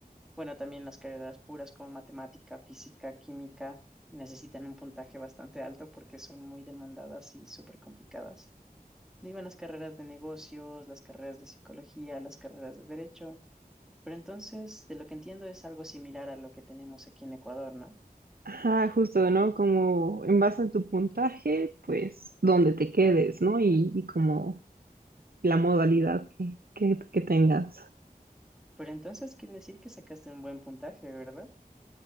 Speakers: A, in the centre; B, on the right (about 75°).
A: bueno, también las carreras puras como matemática, física, química. Necesitan un puntaje bastante alto porque son muy demandadas y súper complicadas. De ahí van las carreras de negocios, las carreras de psicología, las carreras de derecho. Pero entonces, de lo que entiendo, es algo similar a lo que tenemos aquí en Ecuador, ¿no?
B: Ajá, justo, ¿no? Como en base a tu puntaje, pues donde te quedes, ¿no? Y, y como la modalidad que, que, que tengas.
A: Pero entonces quiere decir que sacaste un buen puntaje, ¿verdad?